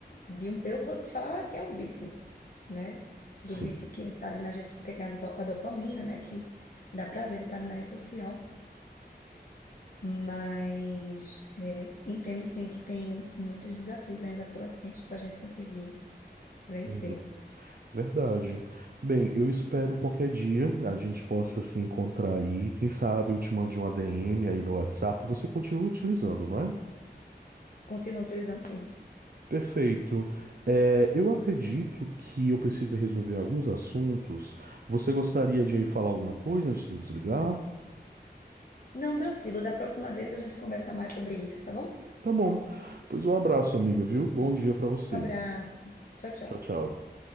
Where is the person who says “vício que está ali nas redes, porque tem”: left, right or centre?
Left